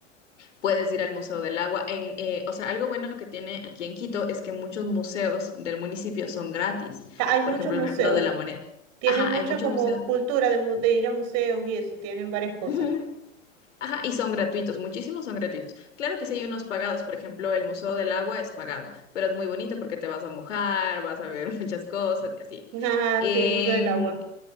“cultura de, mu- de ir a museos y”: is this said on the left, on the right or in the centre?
Right